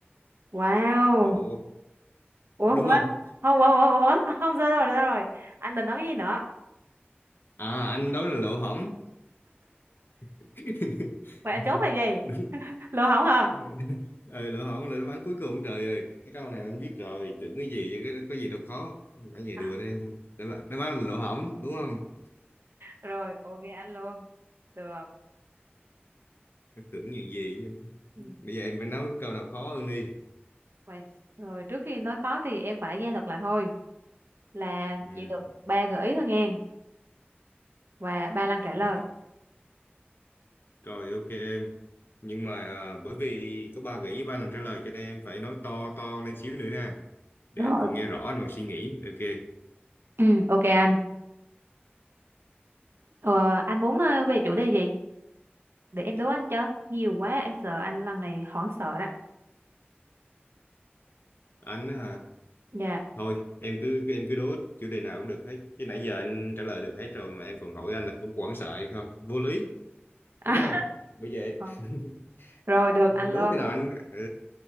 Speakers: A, on the right (about 70°); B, on the left (about 60°).
A: wow
B: lỗ
A: ủa
B: đúng
A: quên
B: không
A: không ủa ủa ủa <laughs> không sao rồi sao rồi anh định nói cái gì nữa
B: à anh đó là lỗ hổng <laughs>
A: vậy anh chốt là gì
B: đúng
A: lô hổng hả
B: <laughs> ừ lỗ hổng là đáp án cuối cùng trời ơi cái câu này anh biết rồi tưởng cái gì chứ cái có gì đâu khó anh về
A: À,
B: đùa đây thôi đáp án đáp án là lỗ hổng đúng không
A: rồi ok anh luôn được
B: Cái tưởng những gì chứ
A: Ừ.
B: bây giờ em phải nói câu nào khó hơn đi
A: vậy rồi trước khi nói khó thì em phải ra luật lại thôi là
B: ừ
A: chỉ được ba gợi ý thôi nghe và ba lần trả lời
B: ok rồi ok em nhưng mà à, bởi vì có ba gợi ý ba lần trả lời cho nên em phải nói to to lên xíu nữa nha để
A: rồi
B: anh còn nghe rõ anh còn suy nghĩ ok
A: ừ, ok anh ờ, anh muốn ờ, về chủ đề gì để em đố anh cho nhiều quá em sợ anh lần này hoảng sợ đó
B: anh á hả?
A: dạ
B: Thôi, em cứ em cứ đố chủ đề nào cũng được hết. Chứ nãy giờ anh trả lời được hết rồi mà em còn hỏi anh là có quảng sợ hay không? Vô lý,
A: à,
B: đúng
A: <laughs>
B: không? Bởi vậy, <laughs>
A: rồi được
B: em
A: anh
B: phải đố
A: luôn
B: cái nào anh ừ,